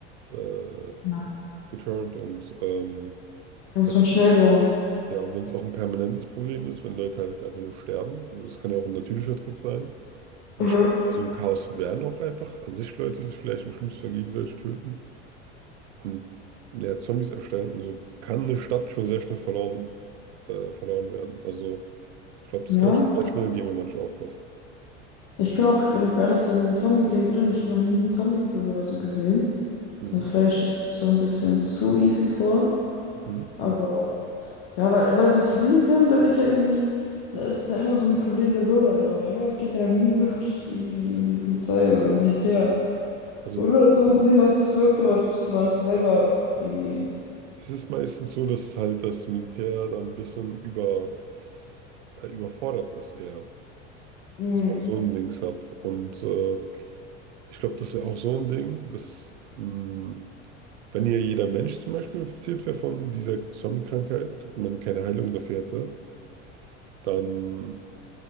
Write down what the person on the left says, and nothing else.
Ja.
da muss
man schnell sein.
Mhm.
Ja,
ich bin auch, ich bin auch gar nicht so in dem Zombie-Ding drin. Ich habe noch nie einen Zombie-Film oder so gesehen.
Also vielleicht stelle ich mir das auch ein bisschen zu easy vor,
aber Ja, aber äh, bei so f- diesem Film, da wird ja irgendwie, das ist ja immer so ein Problem der Bürger, glaube ich, oder? Das geht ja dann nie <laughs> wirklich irgendwie um die Polizei oder um Militär.
Oder? Das ist immer so ein Ding, was wirkt, aber als müsste man das so selber irgendwie.
Hm.